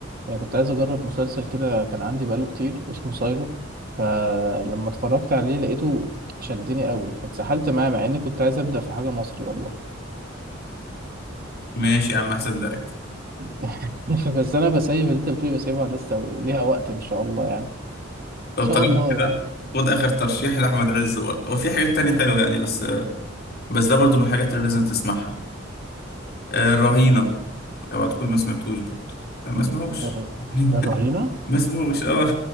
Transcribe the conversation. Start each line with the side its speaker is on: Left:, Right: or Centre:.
Right: يعني كنت عايز اجرب مسلسل كده كان عندي بقاله كتير اسمه سايلو فلما اتفرجت عليه لقيته شدني قوي فاتسحلت معاه مع اني كنت عايز ابدا في حاجه مصري والله
Left: ماشي يا عم هصدقك
Right: <laughs> بس انا بسيب اللي انت بتقولي بسيبها لسه وليها وقت ان شاء الله يعني ان
Left: لو
Right: شاء
Left: طالما
Right: الله
Left: كده
Right: يعني
Left: خد آخر ترشيح لأحمد عز برضه وفي حاجات تانية حلوة يعني بس بس ده برضه من الحاجات اللي لازم تسمعها آه، الرهينة
Right: أوكي.
Left: اوعى تكون ما سمعتوش برضه أنا ما سمعوش
Right: الر-
Left: <laughs>
Right: الرهينه
Left: ما سمعوش اه